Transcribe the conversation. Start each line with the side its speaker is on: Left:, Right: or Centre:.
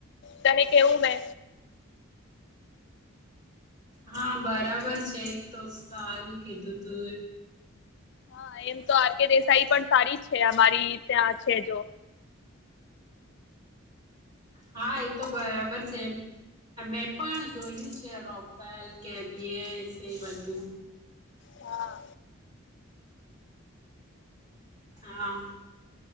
Left: તને કેવું મે
Right: હા બરાબર છે તો સારું કીધતો
Left: હા એમ તો આર કે દેસાઈ પણ સારી છે અમારી ત્યાં છે જો
Right: હા એ તો બરાબર છે મેં પણ જોયું છે રોફેલ કેબએસ એ બુ
Left: હા
Right: હા